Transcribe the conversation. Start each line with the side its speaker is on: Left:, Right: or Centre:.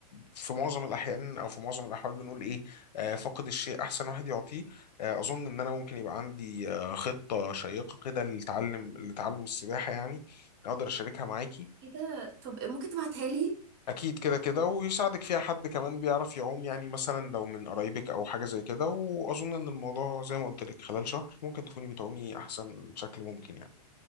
Left: في معظم الأحيان أو في معظم الأحوال بنقول إيه آه فاقد الشيء أحسن واحد يعطيه آه أظن إن أنا ممكن يبقى عندي آه خطة شيقة كده لتعلم لتعلم السباحة يعني أقدر أشاركها معاكي
Right: ايه ده طب ممكن تبعتها لي
Left: أكيد كده كده ويساعدك فيها حد كمان بيعرف يعوم يعني مثلا لو من قرايبك أو حاجة زي كده وأظن إن الموضوع زي ما قلت لك خلال شهر ممكن تكوني بتعومي أحسن شكل ممكن يعني